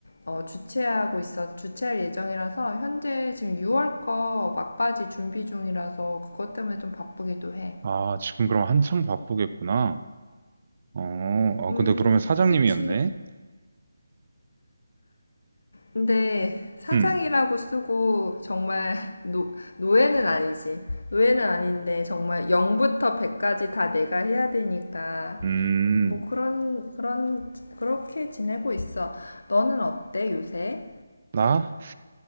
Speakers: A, on the left; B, on the right.
A: 어, 주최하고 있어 주최할 예정이라서 현재 지금 6월 거 막바지 준비 중이라서 그것 때문에 좀 바쁘기도 해.
B: 아, 지금 그럼 한창 바쁘겠구나. 어. 어,
A: 음,
B: 근데 그러면 사장님이었네.
A: 그치. 근데 사장이라고
B: 음.
A: 쓰고 정말 노, 노예는 아니지. 노예는 아닌데 정말 0부터 100까지 다 내가 해야 되니까
B: 음.
A: 뭐 그런 그런 그렇게 지내고 있어. 너는 어때 요새?
B: 나?